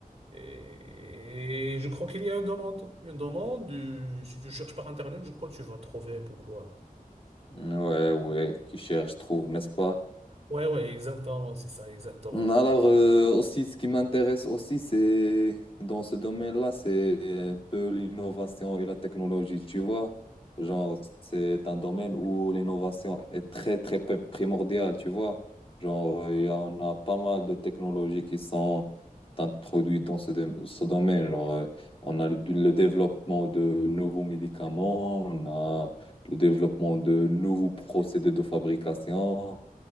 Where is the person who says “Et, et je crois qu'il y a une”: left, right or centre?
Right